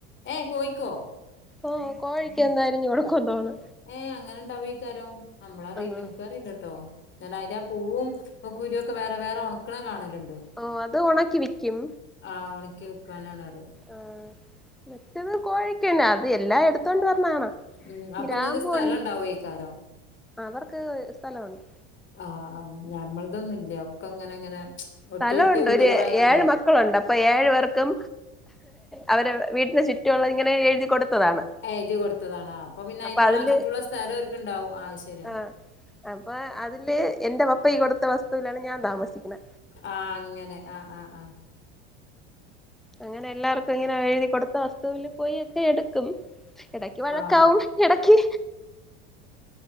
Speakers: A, on the left; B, in the centre.
A: ഏഹ് കോയിക്കോ
B: ഒാഹ് കോഴിക്ക് എന്തരിഞ്ഞ് കൊടുക്കുന്നോന്ന്
A: ഏഹ് അങ്ങനെ ഇണ്ടാവോയ്ക്കാരം നമ്മളറിയില്ല
B: ആ
A: ഇൻക്കറീലട്ടോ ഞാൻ അയ്ന്റെ ആ പൂവും ഇപ്പകുരൊക്കെ വേറെ വേറെ ഒണക്ക്ണെ കാണല്ണ്ട്
B: ഓഹ് അത് ഒണക്കി വിക്കും
A: ആഹ് ഒണക്കി വിക്കാനാണ്ന്ന്അറിം
B: ആഹ് മറ്റെത് കോഴിക്കന്ന അത് എല്ലാം എടുത്തോണ്ട് വന്നാണാ
A: ഉം അപ്പൊ
B: ഗ്രാമ്പു
A: ഇങ്ങക്ക് സ്ഥലം
B: ഉൺ
A: ഇണ്ടാവോയ്ക്കാരം
B: അവർക്ക് സ്ഥലവൊണ്ട്
A: ആഹ് ആഹ് ഞമ്മളതൊന്നുല്ല്യ ഒക്കെ ഇങ്ങനെങ്ങനെ
B: സ്ഥലമുണ്ട്
A: ഒട്ടി ഒട്ടി വീട്കളായോണ്ടേ
B: ഒരു ഏഴ് മക്കളുണ്ട് അപ്പ ഏഴു പേർക്കും അവരെ വീട്ടിനു ചുറ്റുള്ളതിങ്ങനെ എഴുതി കൊടുത്തതാണ്
A: എഴ്തി കൊടുത്തതാണാ അപ്പ പിന്നെ അയിനുള്ള
B: അപ്പൊ അതില്
A: ചുറ്റുള്ള സ്ഥലോഓര്ക്ക്ണ്ടാവും അഹ്ശര്യാ
B: ആഹ് അപ്പൊ അതില് എന്റെ പപ്പയ് കൊടുത്ത വസ്തുവിലാണ് ഞാൻ താമസിക്കുന്നെ
A: ആഹ് അങ്ങനെ ആഹ് ആഹ് ആഹ്
B: അങ്ങനെ എല്ലാർക്കുങ്ങനെ എഴുതി കൊടുത്ത വസ്തുവില് പോയിക്കെ എടുക്കും എടക്ക് വഴക്കാവും
A: ആഹ് ആഹ്
B: എടക്ക്